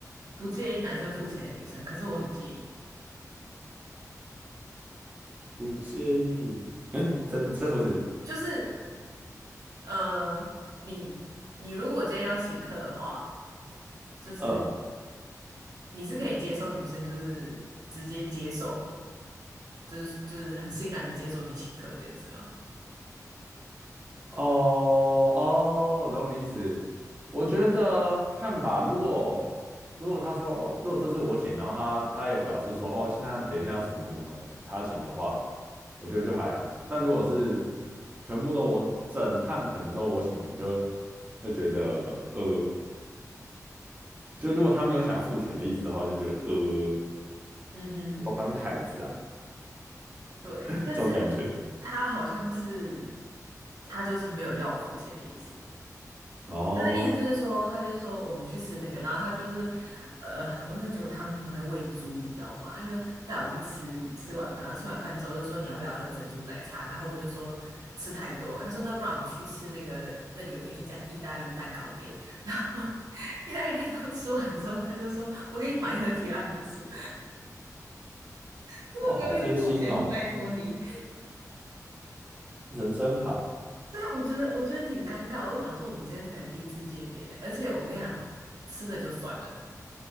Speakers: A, on the right (about 80°); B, on the right (about 25°).
A: 不介意男生付钱的女生，可是我很介意。
B: 不介意。嗯，你再你再说一次，
A: 就是呃，你你如果今天要请客的话，就是
B: 嗯
A: 你是可以接受女生就是直接接受就是就是很欣然的接受你请客这件事吗？
B: 哦哦，我懂你意思。我觉得看吧，如果如果他说，哦，如果这是我请，然后他他有表示说，哦，那等一下什么什么他请的话，我觉得就还好。但如果是全部都我整趟可能都我请，我就会觉得，呃，就如果他没有想要付钱的意思的话，我就觉得，呃，
A: 嗯哼，
B: 我当凯子啊，
A: 对，
B: <laughs>
A: 但是他好像是
B: 这种感觉。
A: 他就是没有要我付钱的意思。
B: 哦，
A: 他的意思就是说，他就是说我们去吃那个，然后他就是，呃，我真的觉得他很在喂猪，你知道吗？他就带我去吃吃晚饭，然后吃完饭之后就说你要不要喝珍珠奶茶，然后我就说吃太多，他说那不然我们去吃那个那里有个意家意大利蛋糕店，然后 <laughs> 意大利蛋糕吃完之后，他就说我给你买一盒提拉米苏，真的不用一直付钱，
B: 哇，好贴心哦，
A: 我拜托你。
B: 人真好。
A: 对，我觉得我觉得挺尴尬。我就想说，我们今天才第一次见面呢，而且我跟你讲，吃的就算了，